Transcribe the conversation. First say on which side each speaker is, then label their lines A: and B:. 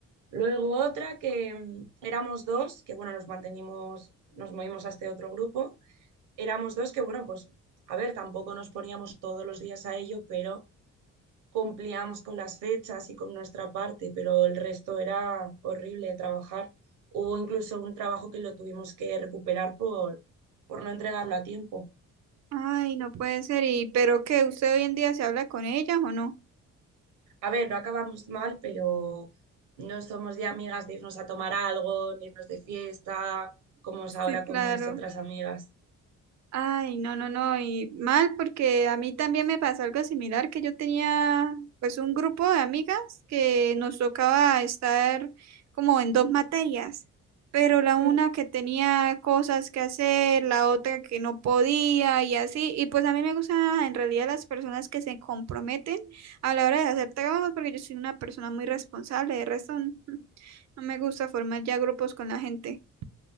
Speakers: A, on the right (about 85°); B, on the right (about 60°).
A: Luego otra que mm, éramos dos, que bueno, nos mantenimos, nos movimos a este otro grupo. Éramos dos que bueno, pues a ver, tampoco nos poníamos todos los días a ello, pero cumplíamos con las fechas y con nuestra parte, pero el resto era horrible de trabajar. Hubo incluso un trabajo que lo tuvimos que recuperar por, por no entregarlo a tiempo.
B: Ay, no puede ser. ¿Y pero qué? ¿Usted hoy en día se habla con ellas o no?
A: A ver, no acabamos mal, pero no somos ya amigas de irnos a tomar algo, ni irnos de fiesta, como es ahora
B: Sí, claro.
A: con mis otras amigas.
B: Ay, no, no, no, y mal porque a mí también me pasó algo similar, que yo tenía pues un grupo de amigas que nos tocaba estar como en dos materias, pero la
A: <laughs>
B: una que tenía cosas que hacer, la otra que no podía y así, y pues a mí me gustan en realidad las personas que se comprometen a la hora de hacer trabajos porque yo soy una persona muy responsable, de resto <laughs> no no me gusta formar ya grupos con la gente.